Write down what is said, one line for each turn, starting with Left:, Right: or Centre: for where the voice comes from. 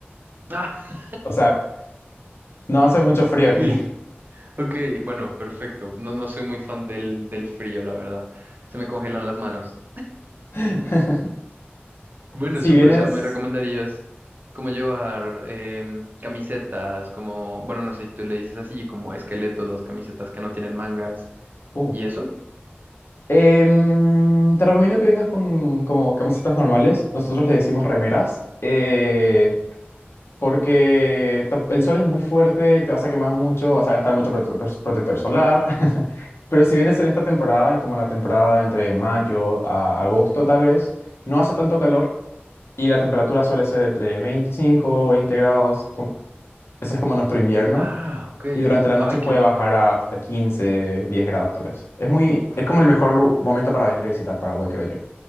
Right: <laughs> Ah,
Left: O sea, no hace mucho frío
Right: ok.
Left: aquí.
Right: Ok, bueno, perfecto. No, no soy muy fan del, del frío, la verdad. Se me congelan las manos.
Left: <laughs>
Right: Bueno,
Left: Si
Right: súper.
Left: vienes...
Right: O sea, ¿me recomendarías como llevar em, camisetas, como, bueno, no sé si tú le dices así, como esqueletos, las camisetas que no tienen mangas
Left: Uh,
Right: y eso?
Left: Em, te recomiendo que vengas con como camisetas normales. Nosotros le decimos remeras. eh, porque ta- el sol es muy fuerte, te vas a quemar mucho, vas a gastar mucho protector, protector solar. <laughs> Pero si vienes en esta temporada, como la temporada entre mayo a agosto tal vez, no hace tanto calor y la temperatura suele ser entre 25 o 20 grados. Como, ese es como nuestro invierno.
Right: Ah, ok.
Left: Y durante la noche
Right: Ay,
Left: puede
Right: qué rico.
Left: bajar hasta 15, 10 grados tal vez. Es muy, es como el mejor lu- momento para venir a visitar Paraguay, creo yo.